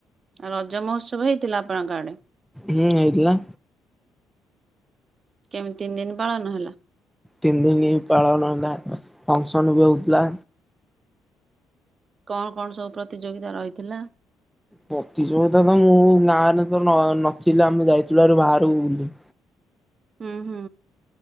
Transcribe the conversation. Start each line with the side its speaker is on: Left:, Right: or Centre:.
Right: ରଜ ମହୋତ୍ସବ ହେଇଥିଲା ଆପଣଙ୍କ ଆଡ଼େ?
Centre: ହୁଁ ହେଇଥିଲା।
Right: କେମିତି ତିନି ଦିନି ପାଳନ ହେଲା?
Centre: ତିନି ଦିନି ପାଳନ ହେଲା ଫଙ୍କସନ ବି ହଉଥିଲା।
Right: କଣ କଣ ସବୁ ପ୍ରତିଯୋଗିତା ରହିଥିଲା?
Centre: ପ୍ରତିଯୋଗିତା ତ ମୁଁ ଗାଁରେ ତ ନ ନଥିଲି ଆମେ ଯାଇଥିଲୁ ଆରୁ ବାହାରକୁ ବୁଲି।
Right: ହୁଁ ହଁ।